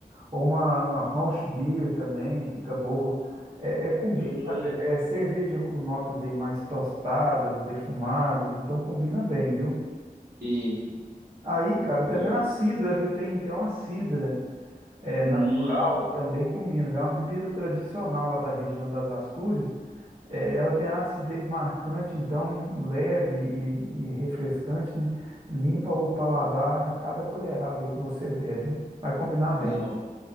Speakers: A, on the right (about 35°); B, on the right (about 75°).
A: ou uma, uma Rausch Beer também, fica boa. É, é combina,
B: Hum,
A: sabe? É cerveja com notas aí mais tostadas, defumadas, então combina bem, viu?
B: E
A: Aí, cara,
B: vou.
A: também uma cidra, viu? Tem, tem uma cidra. é,
B: Hum,
A: natural também combina, viu? É uma bebida tradicional lá da região das Astúrias. É, ela tem a acidez marcante, então leve e, e refrescante, né? Limpa o paladar a cada colherada aí que você der, viu? Vai combinar bem.
B: não.